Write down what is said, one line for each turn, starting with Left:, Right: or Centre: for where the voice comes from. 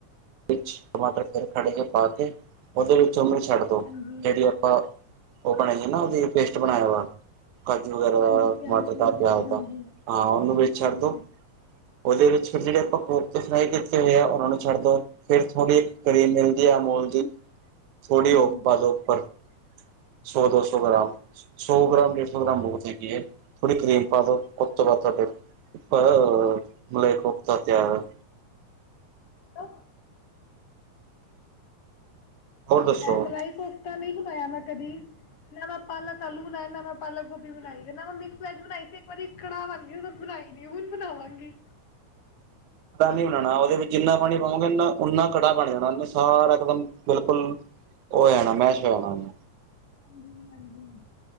Right: ਵਿੱਚ ਟਮਾਟਰ ਥੋੜੇ ਥੋੜੇ ਜਿਹੇ ਪਾ ਕੇ ਓਹਦੇ ਵਿੱਚ ਚੱਮਚ ਛੱਡ ਦੋ
Left: ਹਾਂਜੀ,
Right: ਜਿਹੜੀ ਆਪਾਂ ਉਹ ਬਣਾਈ ਹੈ ਨਾ ਉਹਦੀ ਪੇਸਟ ਬਣਾਇਆ। ਕਾਜੂ ਵਗੈਰਾ
Left: ਹਾਂਜੀ ਪਿਆਜ
Right: ਟਮਾਟਰ ਦਾ ਪਿਆਜ
Left: ਹਾਂਜੀ,
Right: ਦਾ ਹਾਂ ਉਹਨੂੰ ਵਿੱਚ ਛੱਡ
Left: ਹਾਂਜੀ,
Right: ਦਿਓ। ਉਹਦੇ ਵਿੱਚ ਜਿਹੜੇ ਆਪਾ ਕੋਫਤੇ ਫਰਾਈ ਕਿਤ ਕਿਤੇ ਹੋਏਆ ਉਹਨਾਂ ਨੂੰ ਛੱਡ ਦਿਓ ਫਿਰ ਥੋੜੀ ਕਰੀਮ ਮਿਲਦੀ ਏ ਅਮੂਲ <unintelligible> ਜੀਜ ਥੋੜੀ
Left: ਹਾਂਜੀ।
Right: ਓ ਪਾਲੋ ਉਪਰ ਸੋ ਦੋਸੌ ਗ੍ਰਾਮ ਸ਼ੁ ਸ਼ੂ ਸੌ ਗ੍ਰਾਮ ਡੇਢ ਸੌ ਗ੍ਰਾਮ ਬਹੁਤ ਹੈਗੀ ਹੈ ਥੋੜੀ ਕਰੀਮ ਪਾ ਦਿਉ। <unintelligible> ਉਸ ਤੋ ਬਾਅਦ ਪਅਆ ਹੰ ਮਲਾਈ ਕੋਫਤਾ ਪਿਆ ਹੋਇਆ।
Left: ਆਹ
Right: ਹੋਰ ਦੱਸੋ
Left: ਐ ਮੈਂ ਮਲਾਈ ਕੋਫਤਾ ਨਹੀਂ ਬਨਾਇਆ ਨਾ ਕਦੀ ਨਾ ਮੈਂ ਪਾਲਕ ਆਲੂ ਬਨਾਣ ਨਾ ਮੈਂ ਪਾਲਕ ਗੋਭੀ ਬਨਾਈ ਨਾ ਮੈਂ ਮਿਕਸ ਵੇਜ ਬਨਾਈ। ਇੱਕ ਵਾਰੀ ਕੜਾਹ ਬਨ ਜਾਊਗਾ ਜੇ ਬਨੀ <unintelligible> ਨਹੀਂ ਹੁਨ ਬਨਾਵਾਂਗੀ।
Right: ਕੜਾ ਨੀ ਬਣਾਉਣਾ ਉਹਦੇ ਵਿੱਚ ਜਿੰਨਾ ਪਾਣੀ ਪਾਉਗੇਂ ਉਦਾ ਨੀ -ਓਹਨਾਂ ਕੜਾਹ ਬਣ ਜਾਣਾ <unintelligible> ਸਾਰਾ ਇਕਦਮ ਬਿਲਕੁਲ ਉਹ ਹੋ ਜਾਣਾ ਮੈਸ਼ ਹੋ ਜਾਣਾ ਉਹਨੇਂ।
Left: ਹਸ ਹਾਂਜੀ